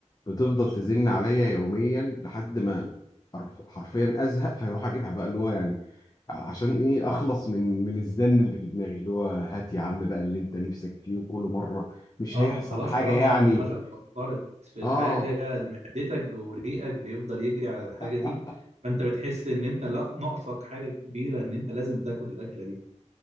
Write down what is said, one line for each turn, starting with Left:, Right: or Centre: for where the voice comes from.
Left: بتفضل تزن عليا يوميا لحد ما حرف- حرفيا أزهق فيروح أجيبها بقى اللي هو يعني ع- عشان إيه أخلص من من الزن اللي في دماغي اللي هو هات يا عم بقى اللي أنت نفسك فيه وكل مرة مش
Right: اه
Left: هيحصل
Right: ما خلاص
Left: حاجة
Right: طالما
Left: يعني
Right: دماغك فكرت في
Left: آه
Right: الحاجة معدتك وريقك بيفضل يجري على الحاجة
Left: <laughs>
Right: دي فانت بتحس ان انت لا ناقصك حاجة كبيرة ان انت لازم تاكل الاكلة دي